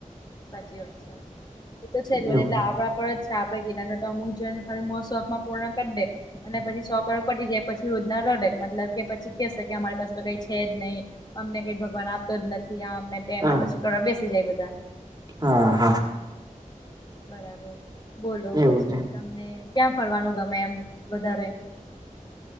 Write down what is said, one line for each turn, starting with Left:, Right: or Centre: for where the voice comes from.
Left: સાચી વાત છે, એ તો છે જ
Right: એવું
Left: એટલે આપણા પર જ આપે કી અમુક જેમ થાય એમ શોકમાં પૂર્ણ કરી દે અને પછી સો કરો પતી જાય પછી રોજ ના રડે મતલબ કે પછી કે છે કે અમારી પાસે તો કઈ છે જ નહીં. અમને કઈ ભગવાન આપતો જ નથી, આમને ને તેમ
Right: હા
Left: પછી કરવા બેસી જાય બધા.
Right: હા, હા.
Left: બરાબર, બોલો
Right: એવું
Left: પછી
Right: છે.
Left: તમને ક્યાં ફરવાનું ગમે એમ વધારે?